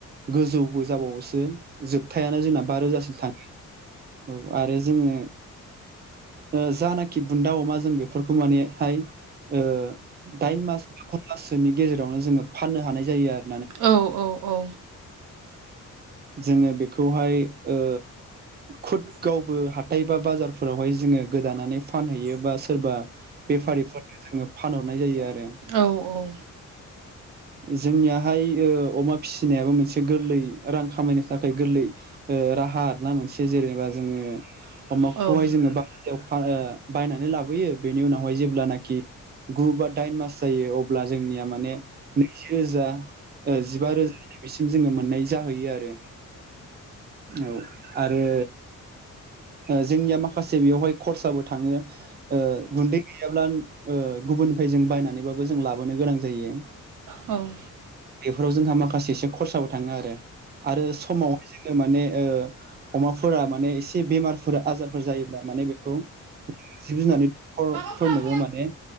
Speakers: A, on the right; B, on the right.
A: गोजौबो जाबावबायसो दो जोबथायानो जोंना बा रोजासिम थाङो औ आरो जोङो ओ जानाखि बुन्दा अमा जों बेफोरखौ मानेहाय ओ दाइन मास बा गु माससोनि गेजेरावनो जोङो फाननो हानाय जायो आरो
B: औ औ औ
A: जोङो बेखौहाय ओ खुद गावबो हाथाइ बा बाजार फोरावहाय जोङो गोदानानै फानहैयोबा सोरबा बेफारिफोरनो जोङो फानहरनाय जायो आरो
B: औ औ
A: जोंनियाहाय ओ अमा फिसिनायाबो मोनसे गोरलै रां खामायनो थाखाय गोरलै ओ राहा आरो ना मोनसे जेनेबा जोङो अमाखौहाय
B: औ
A: जोङो बारोजायाव बा ओ बायनानै लाबोयो बेनि उनावहाय जेब्लानाखि गु बा दाइन मास जायो अब्ला जोंनिया माने नैजि रोजा ओ जिबा रोजा बेसिम जोङो मोननाय जाहैयो आरो औ आरो ओ जोंनिया माखासे बेयावहाय खरसाबो थाङो ओ गुन्दै गैयाब्ला ओ गुबुननिफ्राय जों बायनानैबाबो जों लाबोनो गोनां जायो।
B: औ।
A: बेफोराव जोंहा माखासे एसे खरसाबो थाङो आरो। आरो समावहाय जोङो माने ओ अमाफोरा माने एसे बेमारफोर आजारफोर जायोब्ला माने बेखौ जिब जुनारनि फर
B: औ
A: फोरनोबो माने